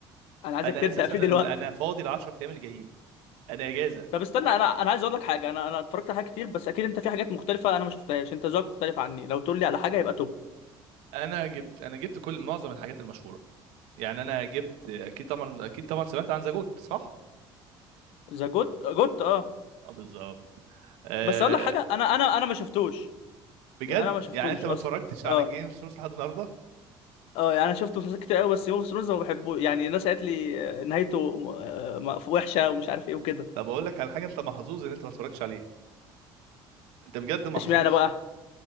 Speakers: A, on the left (about 75°); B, on the right (about 80°).
A: انا عايزك
B: انا
A: تبدا
B: اساسا
A: فيه
B: ال-
A: دلوقتي
B: انا فاضي ال 10 ايام اللي جايين انا اجازه
A: طب استنى انا انا عايز اقول لك حاجه انا انا اتفرجت على حاجات كتير بس اكيد انت في حاجات مختلفه انا ما شفتهاش انت ذوقك مختلف عني لو تقول لي على حاجه يبقى توب
B: انا جبت انا جبت كل معظم الحاجات المشهوره يعني انا جبت اكيد طبعا اكيد طبعا سمعت عن زاجوت صح
A: ذا جوت جوت اه
B: اه بالظبط آه
A: بس اقول لك حاجه انا انا انا ما شفتوش
B: بجد
A: يعني انا ما شفتوش
B: يعني انت ما
A: اصلا
B: اتفرجتش
A: اه
B: على جيم اوف ثرونز لحد النهارده
A: اه يعني انا شفت مسلسلات كتير قوي بس جيم اوف ثرونز ما بحبوش يعني الناس قالت لي آه، نهايته م- آه، م- وحشه ومش عارف ايه وكده
B: طب اقول لك على حاجه انت محظوظ ان انت ما اتفرجتش عليه انت بجد محظوظ
A: اشمعنى بقى